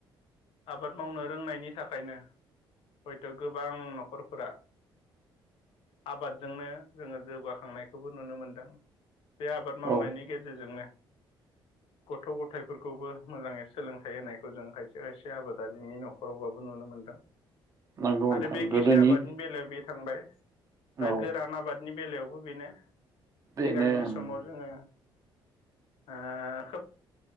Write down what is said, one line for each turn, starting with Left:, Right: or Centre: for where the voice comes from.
Left: आबाद मावनो रोंनायनि थाखायनो हयथ' गोबां न'खरफोरा आबादजोंनो जोङो जौगाखांनायखौबो नुनो मोनदों बे आबाद मावनायनि
Right: औ
Left: गेजेरजोंनो गथ' गथायफोरखौबो मोजाङै सोलोंथाइ होनायखौ जों खाय से खायसे आबादारिनि न'खरावबाबो नुनो मोनदों।
Right: नंगौ नोंथां
Left: आरो बे
Right: गोदोनि
Left: गिसे आबादनि बेलायाव बे थांबाय दा
Right: औ
Left: गोरान आबादनि बेलायावबो बेनो।
Right: बेनो
Left: सिगांनि
Right: उम
Left: समाव जोङो ओ खोब